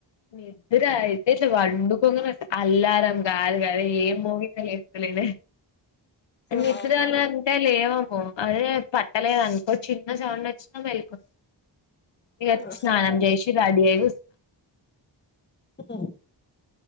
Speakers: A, on the left (about 70°); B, on the left (about 25°).
A: నిద్ర అయితే ఇట్లా పండుకోంగానే అలారం కాదు కాద ఏం మోగిందా లేస్తలేదు
B: ఆహా
A: నిద్ర
B: అవునా
A: లో అంతేలే ఏమో అదే పట్టలేదనుకో చిన్న సౌండ్ వచ్చిన మెళుకువా ఇగ
B: అది కూడా
A: స్నానం
B: కరెక్టే
A: జెసి రెడి అయ్యి కూస్
B: మ్మ్